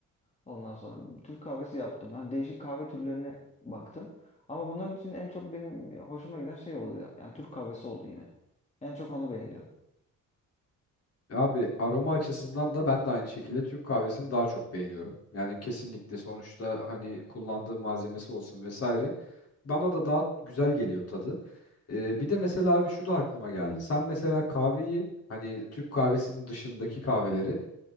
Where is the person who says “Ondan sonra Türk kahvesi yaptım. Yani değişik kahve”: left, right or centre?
Left